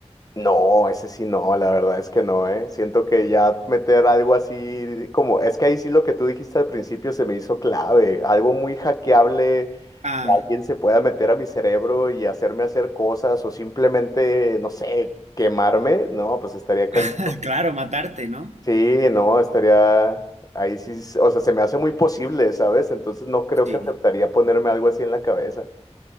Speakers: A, on the left (about 30°); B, on the right (about 75°).
A: No, ese sí no, la verdad es que no, ¿eh? Siento que ya meter algo así, como, es que ahí sí lo que tú dijiste al principio se me hizo clave, algo muy hackeable,
B: Ah,
A: que alguien se pueda meter a mi cerebro y hacerme hacer cosas o simplemente, no sé, quemarme, no, pues estaría cansado.
B: <laughs> claro, matarte, ¿no?
A: Sí, no, estaría ahí sí, s- o sea, se me hace muy posible, ¿sabes? Entonces no creo
B: Sí.
A: que aceptaría ponerme algo así en la cabeza.